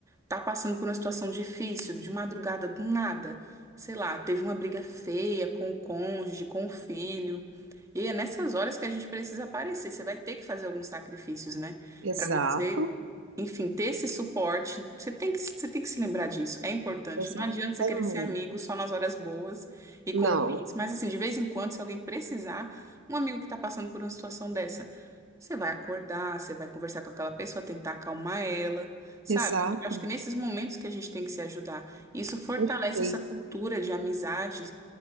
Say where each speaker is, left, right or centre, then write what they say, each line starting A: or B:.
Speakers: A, on the right; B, on the right.
A: tá passando por uma situação difícil, de madrugada, do nada, sei lá, teve uma briga feia com o cônjuge, com o filho. E é nessas horas que a gente precisa aparecer. Você vai ter que fazer alguns sacrifícios, né?
B: Exato,
A: Pra você enfim, ter esse suporte, você tem que, você tem que se lembrar disso, é importante.
B: exato.
A: Não adianta você
B: É
A: querer
B: muito.
A: ser amigo só nas horas boas e convenientes,
B: Não,
A: mas assim, de vez em quando, se alguém precisar, um amigo que está passando por uma situação dessa, você vai acordar, você vai conversar com aquela pessoa, tentar acalmar ela, sabe?
B: exato,
A: Eu acho que nesses momentos que a gente tem que se ajudar, isso fortalece
B: perfeito.
A: essa cultura de amizade,